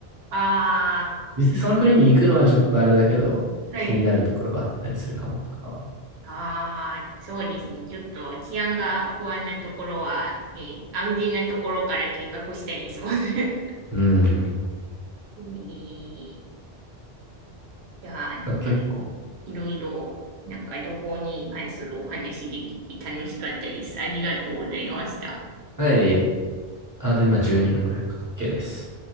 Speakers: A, on the right (about 80°); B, on the right (about 20°).
A: あ
B: 実際その国に行くのはちょっとあれだけど、
A: あ、
B: 気になるところはあったりするかもとかは。
A: はい。ああ、そうですね。ちょっと治安が不安なところは、ね、安全なところから見学したりそうね。
B: うん。だ
A: <laughs> に、いやなんか、
B: から結構。
A: いろいろ、なんか旅行に関するお話できて楽しかったです。ありがとうございました。
B: はい、いえ。あと今12分ぐらいか。OK です。